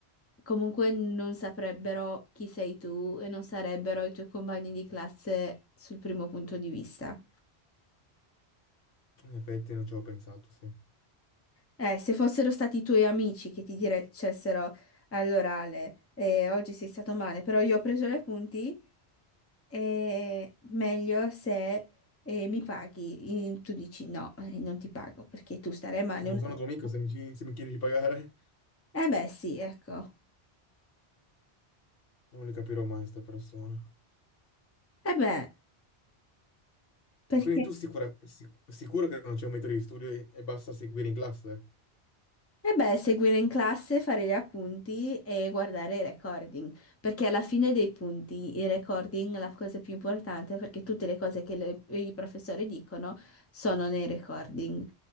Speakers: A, on the left; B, on the left.
A: comunque non saprebbero chi sei tu e non sarebbero i tuoi compagni di classe sul primo punto di vista.
B: in effetti non ci avevo pensato, sì.
A: Eh, se fossero stati i tuoi amici che ti dicessero all'orale, eh, oggi sei stato male, però io ho preso gli appunti, eh, meglio se eh, mi paghi. Eh, Tu dici no, eh, non ti pago perché tu starai male
B: Non
A: una
B: sono
A: volta.
B: tuo amico se mi, ci- se mi chiedi di pagare.
A: Eh beh, sì, ecco.
B: Non le capirò mai queste persone.
A: Eh beh, perché?
B: Ma Quindi tu sicuramente, sic- sicuro che non c'è un metodo di studio e, e basta seguire in classe?
A: E beh, seguire in classe, fare gli appunti e guardare i recording, perché alla fine dei punti i recording è la cosa più importante perché tutte le cose che le- i professori dicono sono nei recording.